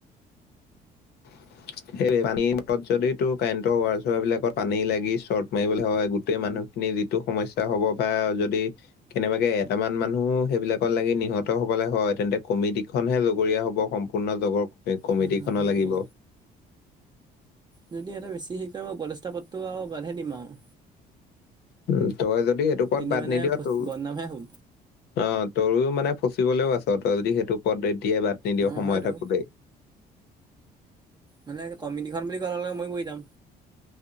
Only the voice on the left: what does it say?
<unintelligible> সেই পানী মটত যদি তোৰ কাৰেণ্টৰ ৱাৰ- চোৱাৰ বিলাকত পানী লাগি চৰ্ট মাৰিবলে হয় গোটেই মানুহ খিনি যিটো সমস্যা হ'ব বা যদি কেনেবাকৈ এটামান মানুহ সেইবিলাকত লাগি নিহত হ'বলৈ হয় তেন্তে কমিটিখনহে লগৰীয়া হ'ব সম্পূ ৰ্ণ জগৰ কমিটি
খনৰ
লাগিব।
উম, তই যদি সেইটো পদ
বাদ
নিদিয়
তো
অ' তোৰ মানে ফচিবলেও আছ তই যদি সেইটো পদ এতিয়াই বাদ নিদিয়
সময়
থাকোতেই।